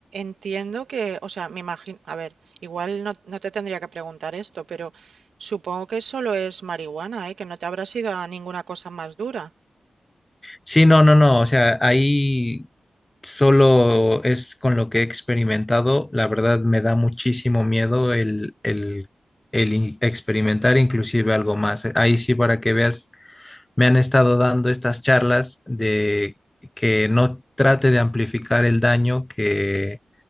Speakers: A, on the right; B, on the left.
A: entiendo que, o sea, me imagino, a ver, igual no, no te tendría que preguntar esto, pero supongo que solo es marihuana, ¿eh? Que no te habrás ido a ninguna cosa más dura.
B: Sí, no, no, no, o sea, ahí solo es con lo que he experimentado, la verdad me da muchísimo miedo el, el, el in- experimentar inclusive algo más. eh, Ahí sí, para que veas, me han estado dando estas charlas de que no trate de amplificar el daño, que